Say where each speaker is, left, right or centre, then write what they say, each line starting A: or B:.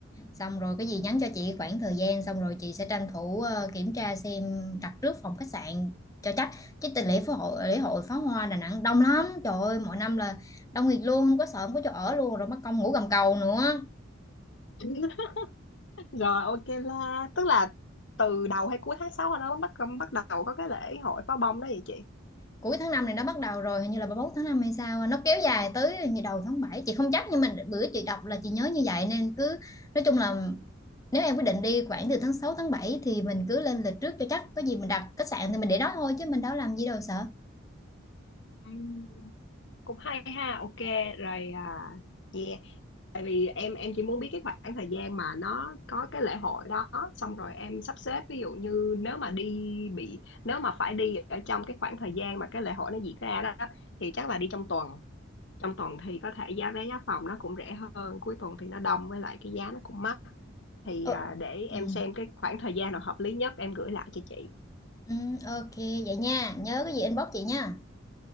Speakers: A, on the left; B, on the left.
A: xong rồi cái gì nhắn cho chị khoảng thời gian xong rồi chị sẽ tranh thủ ờ, kiểm tra xem đặt trước phòng khách sạn cho chắc chứ tình lễ phó hội lễ hội pháo hoa Đà Nẵng đông lắm trời ơi mỗi năm là đông nghịt luôn không có sợ không có chỗ ở luôn rồi mất công ngủ gầm cầu nữa
B: <laughs> rồi ok là tức là từ đầu hay cuối tháng 6 nó bắt bắt đầu có cái lễ hội pháo bông đó vậy chị
A: cuối tháng năm này nó bắt đầu rồi hình như là 31 tháng 5 hay sao á, nó kéo dài tới hình như đầu tháng bảy chị không chắc nhưng mà bữa chị đọc là chị nhớ như vậy nên cứ nói chung là nếu em quyết định đi khoảng từ tháng 6 tháng 7 thì mình cứ lên lịch trước cho chắc có gì mình đặt khách sạn thì mình để đó thôi chứ mình đâu làm gì đâu sợ
B: Ừm, cũng hay ha ok rồi à, yeah tại vì em em chỉ muốn biết cái khoảng thời gian mà nó có cái lễ hội đó xong rồi em sắp xếp ví dụ như nếu mà đi bị nếu mà phải đi ở trong cái khoảng thời gian mà cái lễ hội nó diễn ra đó thì chắc là đi trong tuần trong tuần thì có thể giá vé giá phòng nó cũng rẻ hơn cuối tuần thì nó đông với lại cái giá nó cũng mắc thì
A: Ờ,
B: à, để
A: ừ.
B: em xem cái khoảng thời gian nào hợp lý nhất em gửi lại cho chị
A: Ừ, ok vậy nha nhớ cái gì inbox chị nha